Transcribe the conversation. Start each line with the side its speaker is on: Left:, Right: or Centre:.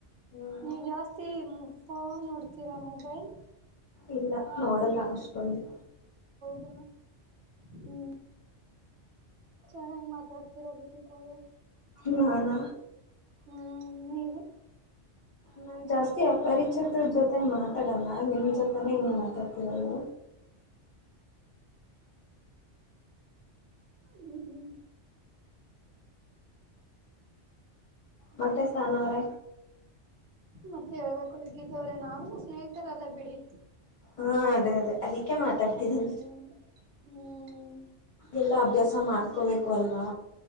Left: ಹ್ಮ್
Right: ನೀ ಜಾಸ್ತಿ ಅಪ್ಪ ನೋಡ್ತೀರಾ ಮೊಬೈಲ್
Left: ಇಲ್ಲ ನೋಡಲ್ಲ ಅಷ್ಟೊಂದು
Right: ಹಾ ಹ್ಮ್ ಚೆನ್ನಾಗಿ ಮಾತಾಡ್ತೀರಾ ಲಿಖಿತ ಅವರೇ
Left: ನಾನ
Right: ಹ್ಮ್ ನೀವು
Left: ನಾನು ಜಾಸ್ತಿ ಅಪರಿಚಿತರ ಜೊತೆ ಮಾತಾಡಲ್ಲ ನಿಮ್ಮ ಜೊತೆನೆೇ ಹಿಂಗೆ ಮಾತಾಡ್ತಿರೋದು
Right: ಹ್ಮ ಹ್ಮ
Left: ಮತ್ತೆ ಸ್ಥಾನ ಅವ್ರ
Right: ಮತ್ತೆ ಹೇಳ್ಬೇಕು ಲಿಖಿತ ಅವರೇ ನಾವ ಸ್ನೇಹಿತರಲ್ಲ ಬಿಡಿ
Left: ಹಾ ಅದೇ ಅದಕ್ಕೆ ಮಾತಾಡ್ತಿದೀನಿ
Right: ಹ್ಮ್ ಹ್ಮ್
Left: ಎಲ್ಲ ಅಭ್ಯಾಸ ಮಾಡ್ಕೋಬೇಕ ಕೊಲ್ವಾ